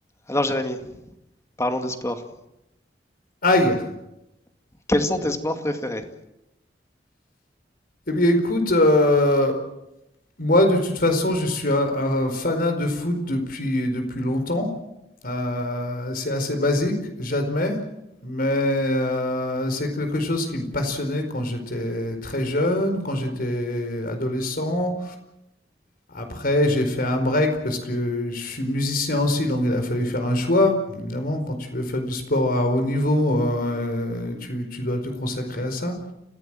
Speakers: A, on the left (about 15°); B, on the left (about 55°).
A: Alors Jérémy, parlons de sport.
B: Aïe.
A: Quels sont tes sports préférés?
B: Eh bien, écoute, euh, moi, de toute façon, je suis un, un fanat de foot depuis, depuis longtemps. Euh, c'est assez basique, j'admets, mais euh, c'est quelque chose qui me passionnait quand j'étais très jeune, quand j'étais adolescent. Après, j'ai fait un break parce que je suis musicien aussi, donc il a fallu faire un choix. Évidemment, quand tu veux faire du sport à haut niveau, euh, tu, tu dois te consacrer à ça.